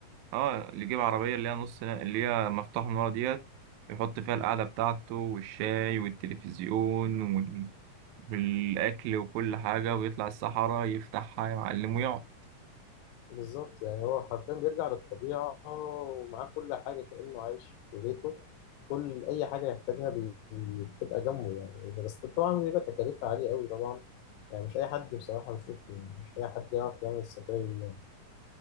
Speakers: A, on the right; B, on the left.
A: اه اللي يجيب عربية اللي هي نص اللي هي مفتوح من ورا ديت يحط فيها القعدة بتاعته والشاي والتلفزيون وال... والأكل وكل حاجة ويطلع الصحراء يفتحها يا معلم ويقعد
B: بالظبط يعني هو حرفيا بيرجع للطبيعة ومعاه كل حاجة كأنه عايش في بيته كل أي حاجة يحتاجها بي- بتبقى جنبه يعني بس طبعا بيبقى تكاليفها عالية أوي طبعا يعني مش أي حد بصراحة بشوف مش أي حد يعرف يعمل السفاري اللي-